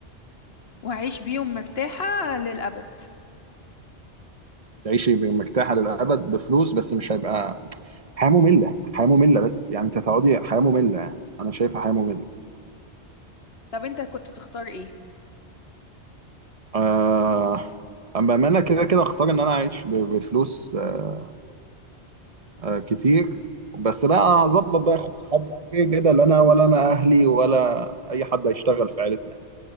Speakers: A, on the left; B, on the right.
A: وأعيش بيهم مرتاحة للأبد
B: تعيشي مرتاحه للابد بفلوس بس مش هيبقى حياه ممله حياه ممله بس يعني انت هتقعدي حياه ممله يعني. انا شايفها حياه ممله
A: طب أنت كنت تختار إيه؟
B: آه... اما انا كده كده اختار ان انا اعيش ب- بفلوس آه، آه كتير بس بقى هظبط بقى اخد صحابي يعني كده كده لا انا ولا انا اهلي ولا اي حد هيشتغل في عيلتنا يعني.